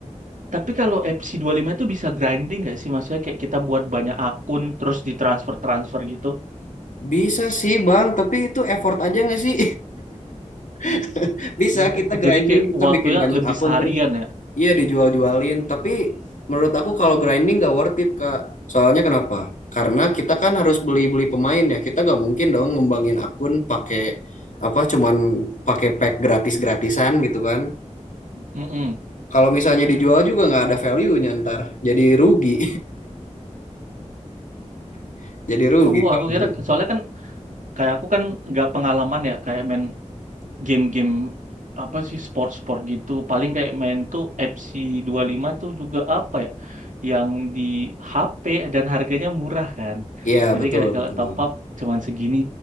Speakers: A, on the right (about 85°); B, on the left (about 85°).
A: tapi kalau FC lima itu bisa grinding nggak sih? Maksudnya kayak kita buat banyak akun terus ditransfer-transfer gitu.
B: Bisa sih Bang, tapi itu effort aja nggak sih? <laughs> Bisa
A: Oh,
B: kita grinding,
A: jadi kayak
B: kita
A: waktunya
B: bikin banyak
A: lebih
B: akun
A: seharian
B: terus
A: ya.
B: iya dijual-jualin, tapi menurut aku kalau grinding nggak worth it Kak. Soalnya kenapa? Karena kita kan harus beli-beli pemain ya. Kita nggak mungkin dong ngembangin akun pakai apa cuman pakai pack gratis-gratisan gitu kan.
A: Mm-mm.
B: Kalau misalnya dijual juga nggak ada value-nya ntar. Jadi rugi. <laughs> Jadi rugi
A: Oh,
B: kalau
A: aku kira
B: misalnya.
A: soalnya kan kayak aku kan nggak pengalaman ya kayak main game-game apa sih sport-sport gitu paling kayak main tuh FC lima tuh juga apa ya yang di HP dan harganya murah kan
B: Iya,
A: jadi
B: betul,
A: kayak kalau
B: betul.
A: top up cuman segini